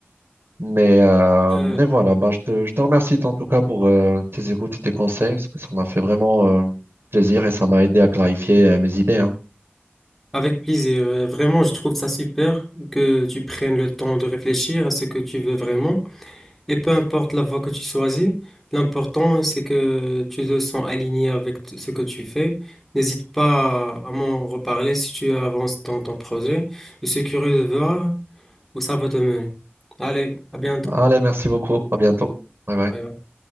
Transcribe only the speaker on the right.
Mais, euh,
mais voilà, bah, je te, je te remercie en tout cas pour euh, tes écoutes et tes conseils, parce que ça m'a fait vraiment euh, plaisir et ça m'a aidé à clarifier euh, mes idées, hein.
Allez, merci beaucoup, à bientôt. Bye bye.